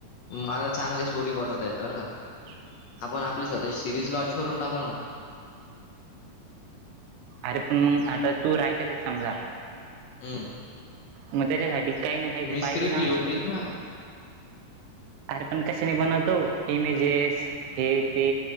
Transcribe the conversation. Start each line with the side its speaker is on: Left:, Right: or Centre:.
Left: मला चांगली स्टोरी बनवता येतात. तर का
Right: हम्
Left: आपण आपली स्वतःची सिरीज लॉंन्च करून टाकू ना
Right: अरे पण मग आता तू राईटर आहे समजा
Left: हं.
Right: मग त्याच्यासाठी काही ना काही तर
Left: मी
Right: पाहिजे
Left: स्क्रिप्ट
Right: ना.
Left: लिहून देईल ना.
Right: अरे पण कशाने बनवतो, इमेजेस हे ते.